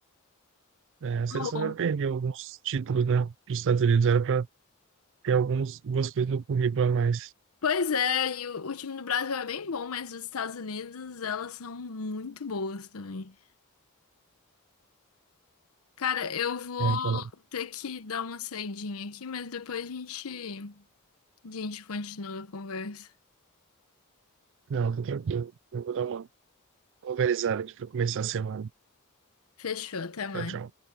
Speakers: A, on the right (about 60°); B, on the left (about 80°).
A: É, a seleção
B: Bom,
A: já perdeu alguns títulos, né? Dos Estados Unidos era para ter alguns, algumas coisas no currículo a mais.
B: pois é, e o, o time do Brasil é bem bom, mas os Estados Unidos, elas são muito boas também. Cara, eu vou
A: É, aquela...
B: ter que dar uma saidinha aqui, mas depois a gente, a gente continua a conversa.
A: Não, tô tranquilo. Eu vou dar uma. Vou organizar aqui para começar a semana.
B: Fechou, até mais.
A: Tchau, tchau.